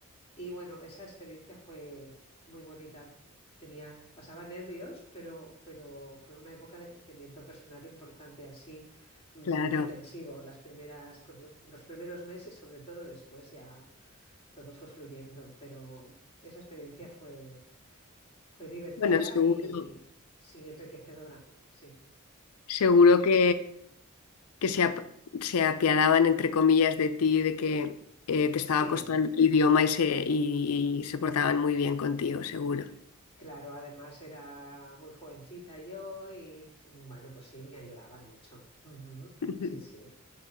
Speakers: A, on the left; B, on the left.
A: y bueno, esa experiencia fue muy bonita. Tenía, pasaba nervios, pero, pero fue una época de crecimiento personal importante, así mm,
B: Claro.
A: intensivo. Las primeras, por- los primeros meses, sobre todo, después ya todo fue fluyendo, pero esa experiencia fue, fue divertida
B: Bueno, seguro,
A: y sí, enriquecedora, sí, sí.
B: seguro que, que se, ap- se apiadaban, entre comillas, de ti, de que eh, te estaba
A: Sí,
B: costando el idioma y se, y, se portaban muy bien contigo, seguro.
A: Claro, además era muy jovencita yo y bueno, pues sí, me ayudaban mucho. Ujú,
B: <laughs>
A: Sí, sí.